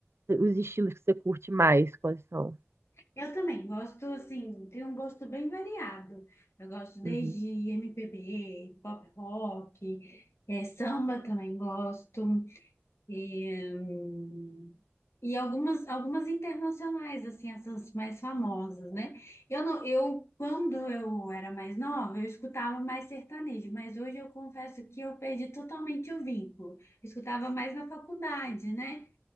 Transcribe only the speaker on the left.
Eu também gosto, assim, tem um gosto bem variado. Eu gosto desde
MPB, pop rock, eh, samba também gosto. E, hum, e algumas, algumas internacionais, assim, essas mais famosas, né? Eu, não, eu, quando eu era mais nova, eu escutava mais sertanejo, mas hoje eu confesso que eu perdi totalmente o vínculo. Eu escutava mais na faculdade, né?